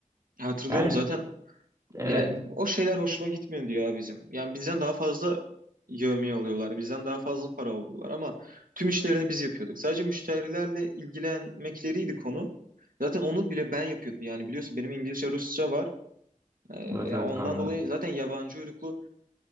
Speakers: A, on the right; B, on the right.
A: Hatırlıyorum
B: Yani
A: zaten
B: evet.
A: Yani o şeyler hoşuma gitmiyor diyor ya bizim. Yani bizden daha fazla yevmiye alıyorlar. Bizden daha fazla para alıyorlar ama tüm işlerini biz yapıyorduk. Sadece müşterilerle ilgilenmekleriydi konu. Zaten onu bile ben yapıyordum. Yani biliyorsun benim İngilizce, Rusça var. Ee, yani
B: Evet evet
A: ondan
B: kanka.
A: dolayı zaten yabancı uyruklu